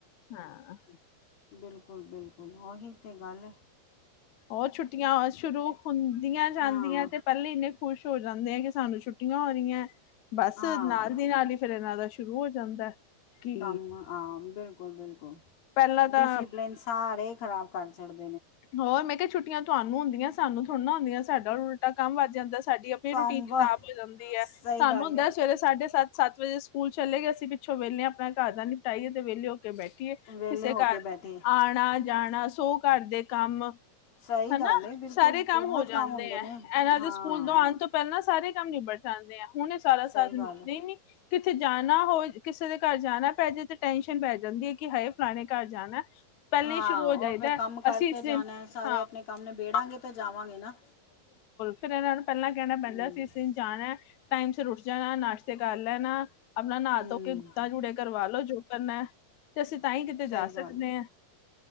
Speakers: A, on the left (about 75°); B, on the left (about 60°).
A: ਹਾਂ।
B: ਬਿਲਕੁਲ-ਬਿਲਕੁਲ ਉਓਹੀ ਤਾਂ ਗੱਲ ਇਹ।
A: ਉਹ ਛੁੱਟੀਆਂ ਸ਼ੁਰੂ ਹੁੰਦੀਆਂ ਜਾਂਦੀਆਂ
B: ਹਾਂ
A: ਤੇ ਪਹਿਲੇ ਇੰਨੇ ਖੁਸ਼ ਹੋ ਜਾਂਦੇ ਆ ਕਿ ਸਾਨੂੰ ਛੁੱਟੀਆਂ ਹੋ ਰਹੀਆਂ ਹੈ ਬਸ
B: ਹਾਂ
A: ਨਾਲ ਦੀ ਨਾਲ ਹੀ ਫਿਰਨਾ ਦਾ ਸ਼ੁਰੂ ਹੋ ਜਾਂਦਾ ਕਿ
B: ਕੰਮ ਆਾਂ ਬਿਲਕੁਲ ਬਿਲਕੁਲ-ਡਿਸਪਲਿਨ
A: ਪਹਿਲਾਂ ਤਾਂ
B: ਸਾਰੇ ਖ਼ਰਾਬ ਕਰ ਡਦੇ
A: ਹੋਰ ਮੈਂ ਕਿਹਾ ਛੱਟੀਆਂ ਤੁਹਾਨੂੰ ਹੁੰਦੀਆਂ ਸਾਨੂੰ ਥੋੜ੍ਹ ਨਾ ਹੁੰਦੀਆਂ ਸਾਡਾ ਉਲਟਾ ਕੰਮ ਵੱਧ ਜਾਂਦਾ ਸਾਡੀ ਆਪਣੀ
B: ਕੰਮ
A: ਰੂਟੀਨ
B: ਵਾ
A: ਖਰਾਬ ਹੋ ਜਾਂਦੀ ਹੈ
B: ਸਹੀ
A: ਸਾਨੂੰ
B: ਗੱਲ
A: ਹੁੰਦਾ
B: ਏ
A: ਸਵੇਰੇ ਸਾਢੇ ਸੱਤ-ਸੱਤ ਵਜੇ। ਸਕੂਲ ਚਲੇ ਗਏਸੀਂ ਪਿੱਛੋਂ ਵਹਲੇ ਹਾਂ। ਆਪਣਾ ਘਰ ਦਾ ਨ ਪਟਾਈਏ ਤੇ ਵਿਹਲੇਓ ਬੈਠੀਏ ਕਿਸੇ
B: ਵਿਹਲੇ ਹੋ
A: ਘਰ
B: ਕੇ ਬੈਠੇ
A: ਆਣਾ ਜਾਣਾ ਸੋ ਘਰ ਦੇ ਕੰਮ
B: ਸਹੀ
A: ਹਨਾ
B: ਗੱਲ ਏ ਬਿਲਕੁਲ
A: ਸਾਰੇ ਕੰਮ
B: ਬਹੁਤ
A: ਹੋ ਜਾਂਦੇ
B: ਹੁੰਦੇ
A: ਹੈ
B: ਨੇ
A: ਇਹਨਾਂ
B: ਹਾਂ
A: ਦੇ ਸਕੂਲ ਤੋਂ ਆਉਣ ਤੋਂ ਪਹਿਲਾਂ ਸਾਰੇ ਮ ਨਿਬੜ ਜਾਂਦੇ ਆ ਹੁਣ ਇਹ ਸਾਰਾ ਸਾਥ
B: ਸਹੀ ਗੱਲ
A: ਉੱਠਦੇ ਹੀ ਨ ਕਿੱਥੇ ਜਾਣਾ ਹੋ ਕਿਸੇ ਦੇ ਘਰ ਜਾਣਾ ਪਜੇ ਤੇ ਟੈਸ਼ਨ ਪੈ ਜਾਂਦੀ ਹੈ। ਕਿ ਹਾ ਫਲਾਣੇ ਘਰ ਜਾਣਾ ਪਹਿਲਾਂ
B: ਹਾਂ
A: ਹੀ ਸ਼ੁਰੂ ਹੋ
B: ਉਹ
A: ਜਾਈਦਾ,
B: ਫਿਰ ਕੰਮ ਕਰਕੇ
A: ਅਸੀਂ। ਇਸ ਦਿਨ
B: ਜਾਣਾ, ਸਾਰੇ
A: ਹਾਂ
B: ਆਪਣੇ ਕੰਮ ਨਬੇੜਾਂਗੇ ਤੇ ਜਾਵਾਂਗੇ ਨਾ
A: ਫੇਰ ਇਹਨਾਂ ਨੂੰ ਪਹਿਲਾਂ ਕਹਿਣਾ ਪੈਂਦਾ,
B: ਹੂੰ
A: ਅਸੀ ਇਸ ਦਿਨ ਜਾਣਾ, ਟਾਈਮ ਸਿਰ ਉੱਠ ਜਾਣਾ, ਨਾਸ਼ਤੇ ਕਰ ਲੈਣਾ ਆਪਣਾ ਨਾਹਾ
B: ਹੂੰ
A: ਤੋਂ ਕੇ ਗੁੱਤਾ ਜੁੜੇ ਕਰਵਾ ਲੋ ਜੋ ਕਰਨਾ ਤੇ ਅਸੀਂ ਤਾਂ ਹੀ ਕਿਤੇ ਜਾ
B: ਸਹੀ ਗੱਲ
A: ਸਕਦੇ ਹਾਂ